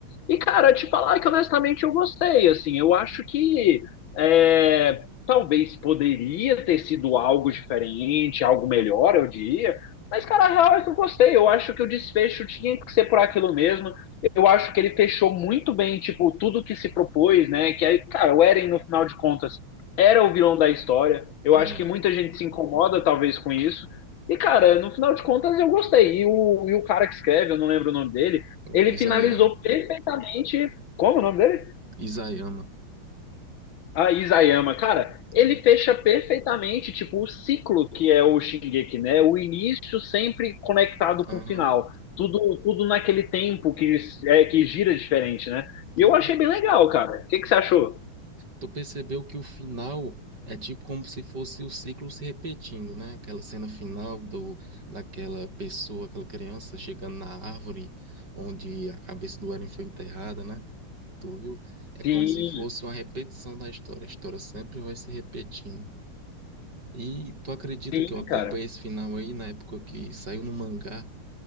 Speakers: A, on the left; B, on the right.
A: E, cara, te falar que honestamente eu gostei, assim, eu acho que é, talvez poderia ter sido algo diferente, algo melhor, eu diria, mas, cara, a real é que eu gostei, eu acho que o desfecho tinha que ser por aquilo mesmo, eu acho que ele fechou muito bem, tipo, tudo que se propôs, né, que aí, cara, o Eren, no final de contas, era o vilão da história, eu
B: É,
A: acho que muita gente se incomoda, talvez, com isso, e, cara, no final de contas, eu gostei, e o, e o cara que escreve, eu não lembro o nome dele,
B: o
A: ele
B: Isayama.
A: finalizou perfeitamente. Como é o nome dele?
B: Isayama.
A: Ah, Isayama. Cara, ele
B: é.
A: fecha perfeitamente, tipo, o ciclo que é o Shingeki, né? O início sempre conectado com
B: Aham.
A: o final. Tudo, tudo naquele tempo que, é, que gira diferente, né? E
B: aham.
A: eu achei bem legal, cara. O que, que você achou?
B: Tu percebeu que o final é tipo como se fosse o ciclo se repetindo, né? Aquela cena final do daquela pessoa, aquela criança chegando na árvore onde a cabeça do Eren foi enterrada, né? Tu viu? É como
A: Sim,
B: se fosse uma repetição da história. A história sempre vai se repetindo. E tu acredita
A: sim,
B: que eu acompanhei
A: cara.
B: esse final aí na época que saiu no mangá?